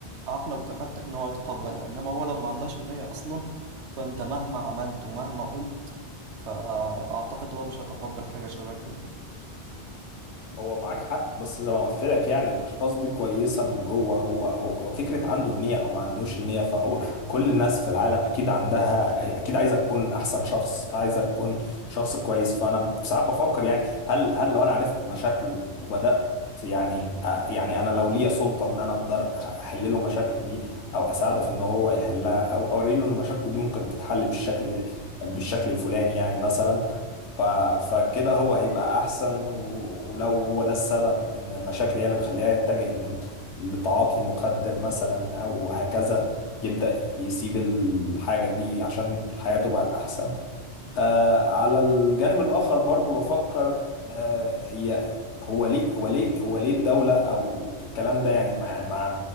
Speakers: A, on the right (about 80°); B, on the left (about 85°).
A: عقله متفتح إن هو يتقبلها إنما هو لو ما عندهش النية أصلا فأنت مهما عملت ومهما قلت فأعتقد هو مش هيتقبل حاجة شبه كده
B: هو معاك حق بس زي ما قلت لك يعني الاشخاص دي كويسه من جوه هو هو, هو فكره عنده النيه او ما عندوش النيه فهو كل الناس في العالم اكيد عندها اكيد عايزه تكون احسن شخص عايزه تكون شخص كويس فانا ساعات بفكر يعني هل هل لو انا عرفت مشاكله وبدات يعني آه، يعني انا لو ليا سلطه ان انا اقدر احل له مشاكله دي او اساعده في ان هو يحلها او اوري له ان مشاكله دي ممكن تتحل بالشكل بالشكل الفلاني يعني مثلا ف... فكده هو هيبقى احسن و... ولو هو ده السبب ان المشاكل هي اللي مخليها يتجه لل... لتعاطي مخدر مثلا او هكذا يبدأ يسيب الحاجة دي عشان حياته بقت احسن آه على الجانب الآخر برضو بفكر آه هي هو ليه هو ليه هو ليه الدولة أو الكلام ده يعني مع مع